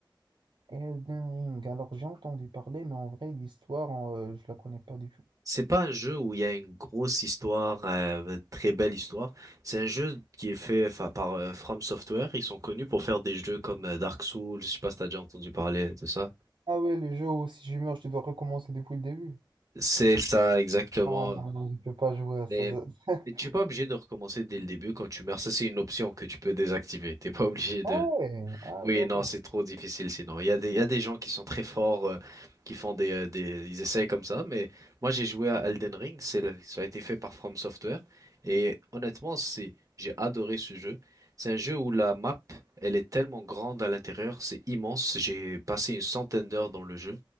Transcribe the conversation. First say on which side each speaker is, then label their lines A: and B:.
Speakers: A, on the right (about 70°); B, on the right (about 40°).
A: Elden Ring. Alors j'ai entendu parler, mais en vrai, l'histoire, euh, je la connais pas du tout.
B: C'est pas un jeu où il y a une grosse histoire, euh, très belle histoire. C'est un jeu qui est fait enfin, par euh, From Software. Ils sont connus pour faire des jeux comme euh, Dark Souls. Je sais pas si t'as déjà entendu parler de ça.
A: Ah ouais, le jeu où si je meurs, je dois recommencer depuis le début.
B: C'est ça exactement.
A: Ah non, non, je peux pas jouer à ça.
B: Mais,
A: ça- <laughs>
B: mais tu es pas obligé de recommencer dès le début quand tu meurs. Ça, c'est une option que tu peux désactiver. T'es pas obligé de,
A: Ah ouais, ah
B: Oui,
A: d'accord.
B: non, c'est trop difficile sinon. Il y a des, il y a des gens qui sont très forts, euh, qui font des, euh, des, ils essayent comme ça, mais moi j'ai joué à Elden Ring, c'est le- ça a été fait par From Software, et honnêtement, c'est, j'ai adoré ce jeu. C'est un jeu où la map, elle est tellement grande à l'intérieur, c'est immense. J'ai passé une centaine d'heures dans le jeu.